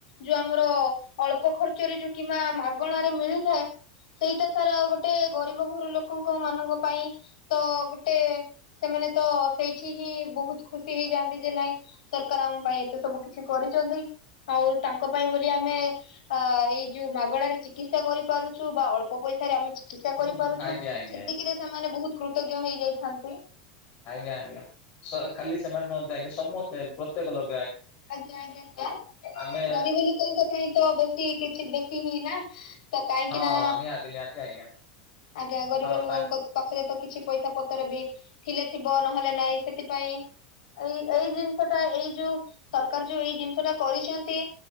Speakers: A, on the left; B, on the left.
A: ଯୋଉ ଆମର ଅଳ୍ପ ଖ ଖର୍ଚରେ ଯୁ କିମ୍ବା ମାଗଣାରେ ମିଳିଥାଏ। ସେଇଟା ସାରେ ଗୋଟେ ଗରିବ ଘର ଲୋକଙ୍କ ମାନଙ୍କ ପାଇଁ ତ ଗୋଟେ ସେମାନେ ମାନେ ତ ସେଇଠି ହିଁ ବହୁତ ଖୁସି ହେଇଯାଆନ୍ତି ଯେ ନାଇଁ ସରକାର ଆମ ପାଇଁ ଏତେ ସବୁ କିଛି କରିଛନ୍ତି। ଆଉ ତାଙ୍କ ପାଇଁ ବୋଲି ଆମେ ଆ ଏଇ ଯୋଉ ମାଗଣାରେ ଚି ଚିକିତ୍ସା କରିପାରୁଛୁ ବା ଅଳ୍ପ ପଇସାରେ ଆମେ ଚିକିତ୍ସା କରିପାରୁଛୁ
B: ଆଜ୍ଞା ଆଜ୍ଞା
A: ସେତିକିରେ
B: ଆଜ୍ଞା
A: ସେମାନେ ବହୁତ୍ କୃତ୍ କୃତଜ୍ଞ ହେଇଯାଇଥାନ୍ତି।
B: ଆଜ୍ଞା ଆଜ୍ଞା ସ ଖାଲି ସେମାନେ ନ ଯାଇକି ସମସ୍ତେ ପ୍ରତ୍ୟେକ ଲୋକ୍
A: ଆଜ୍ଞା ଆଜ୍ଞା <unintelligible>
B: ଆମେ
A: ଗରିବି ଲୋକଙ୍କ ପାଇଁ ତ ବେଶୀ କିଛି ବେଶୀ ହିନାଁ ତ କାଇଁକିନା
B: ହଁ ହଁ ନିହାତି ନିହାତି ଆଜ୍ଞା
A: ଆଜ୍ଞା ଗରିବ
B: ହଁ
A: ଲୋକଙ୍କତ୍
B: ତାଙ୍କ
A: ପାଖରେ ତ କିଛି ପଇସା ପତର ବି ଥିଲେ ଥିବ ନହେଲେ ନାଇଁ ସେଥିପାଇଁ ଏଇ ଏଇ ଜିନିଶା ଟା ଏଇ ଯୋଉ ସର କାର ଯୋଉ ଏଇ ଜିନିଶା ଟା କରିଛନ୍ତି।